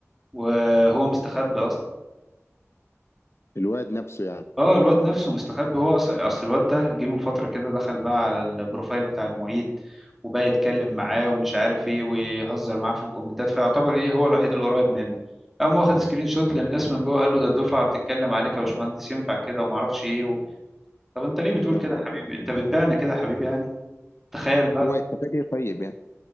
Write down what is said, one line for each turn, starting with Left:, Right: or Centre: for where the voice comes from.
Centre: وهو مستخبي اصلا
Left: الواد نفسه يعني
Centre: اه الواد نفسه مستخبي هو اصل أصل الواد ده جه من فتره كده دخل بقى على البروفايل بتاع المعيد وبقى يتكلم معاه ومش عارف ايه ويهزر معاه في الكومنتات فيعتبر ايه هو الوحيد القريب منه قام واخد سكرين شوت للناس من جوه قال له ده الدفعه بتتكلم عليك يا باشمهندس ينفع كده وما اعرفش ايه و... طب انت ليه بتقول
Left: يا
Centre: كده
Left: نهار
Centre: يا
Left: ابيض
Centre: حبيبي انت بتبيعنا كده يا حبيبي يعني تخيل بقى
Left: هو يستفاد ايه طيب يعني